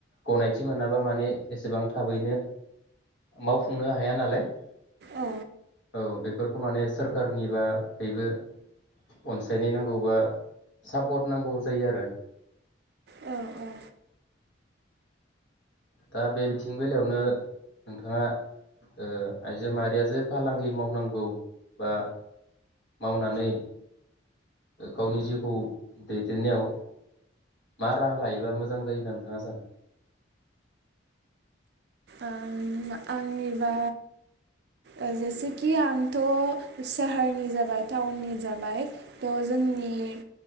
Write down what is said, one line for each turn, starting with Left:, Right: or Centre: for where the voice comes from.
Left: गनायथि मोनाबा माने एसेबां थाबैनो मावफुंनो हाया नालाय।
Right: औ
Left: औ बे बेफोरखौ माने सोरखारनिबा बेबो अनसायनाय नांगौबा सापट नांगौ जायो आरो।
Right: औ औ।
Left: दा बे बिथिं बेलायावनो नोंथाङा ओ आइजो माहारिया जे फालांगि मावनांगौ बा मावनानै गावनि जिउखौ दैदेननायाव मा राहा लायोबा मोजां जायो होनना नोंथाङा सानो?
Right: ओम आंनिबा ओ जेसेखि आंथ साहारनि जाबाय टाउननि जाबाय थ जोंनि